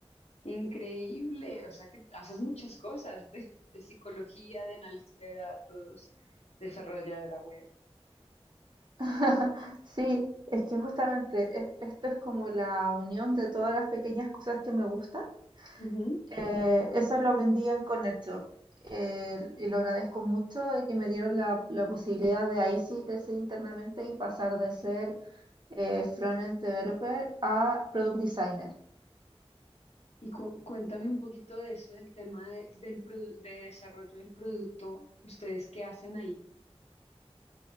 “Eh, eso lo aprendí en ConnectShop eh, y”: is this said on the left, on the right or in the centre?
Right